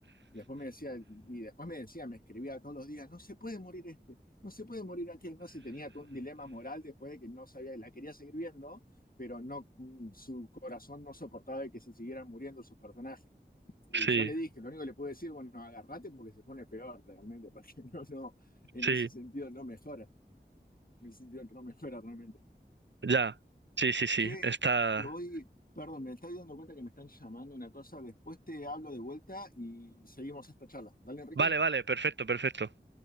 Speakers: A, on the left (about 50°); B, on the right (about 75°).
A: Y después me decía, y después me decía, me escribía todos los días, no se puede morir este, no se puede morir aquel, no sé, tenía todo un dilema moral después de que no sabía, la quería seguir viendo, pero no, mm, su corazón no soportaba de que se siguieran muriendo sus personajes. Y
B: Sí,
A: yo le dije, lo único que le puedo decir, bueno, agarrate porque se pone peor realmente, <laughs> porque no, no, en
B: sí,
A: ese sentido no mejora, en ese sentido no mejora realmente.
B: ya. Sí, sí, sí,
A: Che,
B: está.
A: te voy, perdón, me estoy dando cuenta que me están llamando una cosa, después te hablo de vuelta y seguimos esta charla. Dale, Enrique.
B: Vale, vale, perfecto, perfecto.